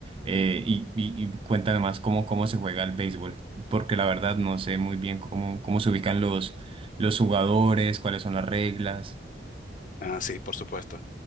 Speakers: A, on the right; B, on the left.
A: Eh, y, y, y cuéntame más cómo, cómo se juega el béisbol, porque la verdad no sé muy bien cómo, cómo se ubican los, los jugadores, cuáles son las reglas.
B: ah, sí, por supuesto.